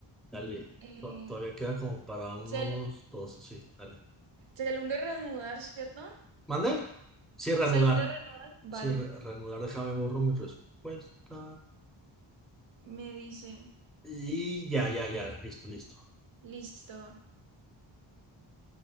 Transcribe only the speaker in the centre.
dale.
To- todavía queda como para unos
dos, sí, dale.
¿Mande? Sí, reanudar.
Sí, re- reanudar, déjame borro mi respuesta.
Y ya, ya, ya, listo, listo.